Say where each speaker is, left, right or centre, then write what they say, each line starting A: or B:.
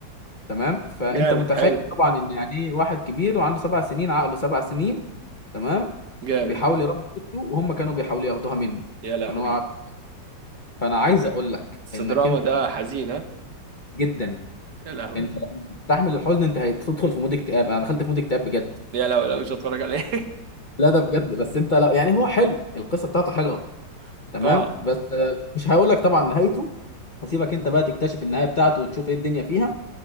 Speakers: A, on the left (about 50°); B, on the right (about 60°).
A: تمام فانت
B: جامد
A: متخيل
B: حلو
A: طبعا ان يعني ايه واحد كبير وعنده سبع سنين عقله سبع سنين تمام
B: جامد
A: بيحاول يربي بنته وهم كانوا بيحاولوا ياخدوها منه
B: يا لهوي
A: عشان هو عاق- فانا عايز اقول لك
B: بس
A: انك
B: دراما
A: انت
B: ده حزينة
A: جدا
B: يا لهوي
A: انت لما بتستحمل الحزن انت هتدخل في مود اكتئاب انا دخلت في مود اكتئاب بجد
B: يا لهوي لا مش هتفرج عليه
A: لا ده بجد بس انت لا يعني هو حلو القصه بتاعته حلوه
B: <laughs>
A: تمام
B: اه
A: بس آه، مش هقول لك طبعا نهايته هسيبك انت بقى تكتشف النهايه بتاعته وتشوف ايه الدنيا فيها